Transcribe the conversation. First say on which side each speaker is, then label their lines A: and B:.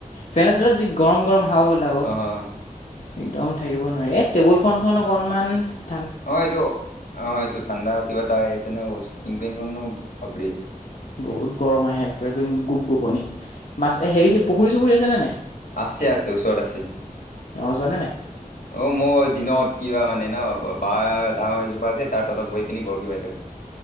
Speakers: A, on the left (about 60°); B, on the left (about 75°).
A: ফেনৰ তলত যি গৰম গৰম হাৱা ওলাব
B: অ'
A: একদম থাকিব নোৱাৰি এ টেবুল ফেনখন অকনমান -
B: অঁ এইটো অঁ এইটো ঠাণ্ডা কিবা এটা তেনে শ্লিপিং ফেনখননো বাপৰে।
A: বহুত গৰম আহে পোৰা একদম গোপ গোপনি মাছ হেৰি যে পুখুৰী চুখুৰী আছেনে নাই?
B: আছে, আছে, ওচৰত আছে।
A: তেওঁ যোৱানে নাই?
B: অ', মোৰ দিনত কি হয় মানে ন বাহ ডাঙৰ এজোপা আছে তাৰ তলত বহি পিনি বৰশী বাই থাকো। <inaudible>